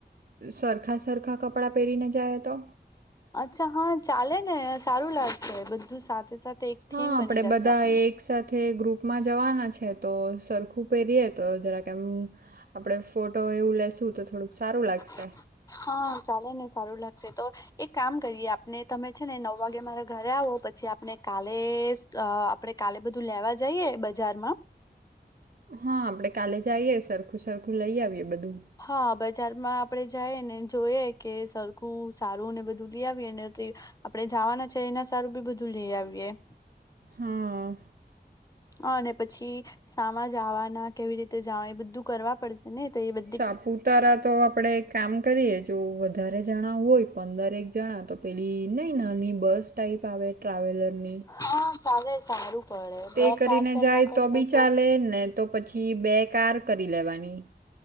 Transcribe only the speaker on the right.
સરખા સરખાં કપડાં પહેરીને જાયએ તો,
હા
આપડે
બધા
એકસાથ થે ગ્રુપમાં જવાના છે તો સરખું પહેરીએ તો જરાક આમ, આપડે ફોટો એવું લેેશું તો થોડુંક સારું લાગશે.
હા આપડે કાલે જાઈએ સરખું સરખું લઈ આવીએ બધું.
હાઆઆ
સાપુતારા તો આપણે એક કામ કરીએ જો વધારે જણા હોય પંદર એક જણા તો પેલી નહીં નાની બસ ટાઈપ આવે. ટ્રાવેલરની
-તે
કરીને
જાય
તો બી ચાલે ને તો પછી બે કાર કરી લેવાની.